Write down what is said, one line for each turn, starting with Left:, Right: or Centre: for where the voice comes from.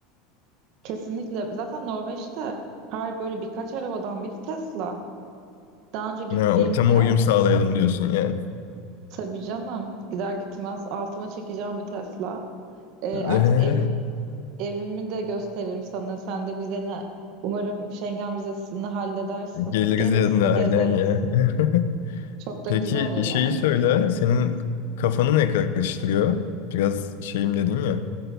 Right: kesinlikle zaten Norveç'te her böyle birkaç arabadan biri Tesla. Daha önce gittiğimde
Left: Ha, ortama uyum sağlayalım diyorsun yani.
Right: Tabii canım. Gider gitmez altıma çekeceğim bir Tesla. Ee,
Left: <laughs>
Right: artık evim, evimi de gösteririm sana. Sen de vizeni umarım Schengen vizesini halledersin.
Left: Geliriz
Right: Gelirsin,
Left: yanına aynen
Right: gezeriz.
Left: ya. <laughs>
Right: Çok da
Left: Peki
Right: güzel olur
Left: şeyi
Right: yani.
Left: söyle, senin kafanı ne karıştırıyor? Biraz şeyim dedin ya,